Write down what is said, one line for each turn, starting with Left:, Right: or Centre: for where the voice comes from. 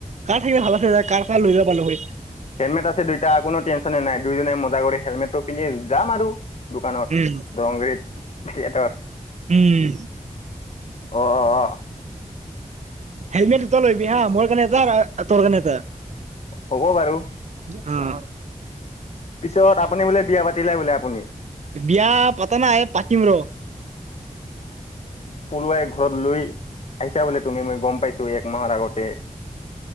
Right: কাৰ থাকিলে ভাল আছিল ৰে কাৰ চাল লৈ যাব পাৰিলোহৈ।
Left: হেলমেট আছে দুইটা কোনো টেনশনে নাই দুইজনে মজা কৰি হেলমেটটো পিন্ধি যাম আৰু দোকানত
Right: উম,
Left: দৰংগিৰিত সিহঁতৰ,
Right: উম,
Left: অ, অ', অ।
Right: হেলমেট দুটা লৈ আহিবি হা' মৰ কাৰণে এটা আৰু তৰ কাৰণে এটা।
Left: হ'ব বাৰু।
Right: উম।
Left: পিছত আপুনি বোলে বিয়া পাতিলে বোলে। কোনি
Right: বিয়া পাতা নাই পাতিম ৰ
Left: পলোৱাই লৈ ঘৰত লৈ আহিছা বুলি। তুমি মই গম পাইছো এক মাহৰ আগত।